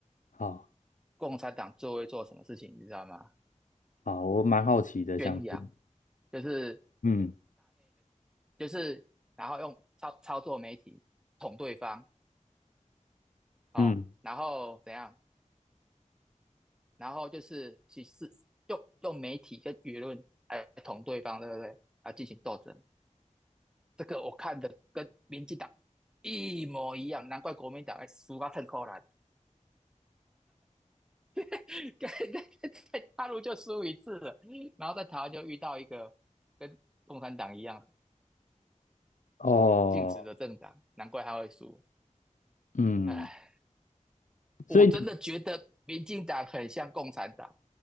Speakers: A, on the left (about 75°); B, in the centre.
A: 好，
B: 共产党最会做什么事情，你知道吗？
A: 好，我蛮好奇的，
B: 宣扬，
A: 想是
B: 就是
A: 嗯
B: 就是，然后用操操作媒体捅对方，哦，
A: 嗯，
B: 然后怎样？然后就是去是用用媒体跟舆论来捅对方，对不对？啊，进行斗争，这个我看的跟民进党一模一样，难怪国民党还输到很扣怜。<laughs> 在在在大陆就输一次了，然后在台湾就遇到一个跟共产党一样
A: 哦，
B: 净值的政党，难怪他会输。
A: 嗯，
B: 唉，
A: 所以你
B: 我真的觉得民进党很像共产党，